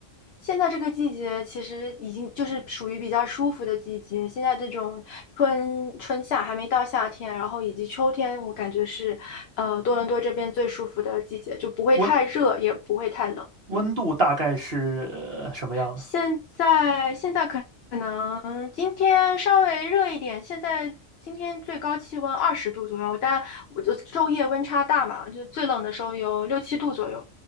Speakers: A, on the left; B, on the right.
A: 现在这个季节其实已经就是属于比较舒服的季节。现在这种春春夏还没到夏天，然后以及秋天，我感觉是，呃，多伦多这边最舒服的季节，就不会太热，
B: 温
A: 也不会太冷。
B: 温度大概是、
A: 嗯，
B: 呃什么样的？
A: 现在现在可可能今天稍微热一点，现在今天最高气温二十度左右，但我就昼夜温差大嘛，就最冷的时候有六七度左右。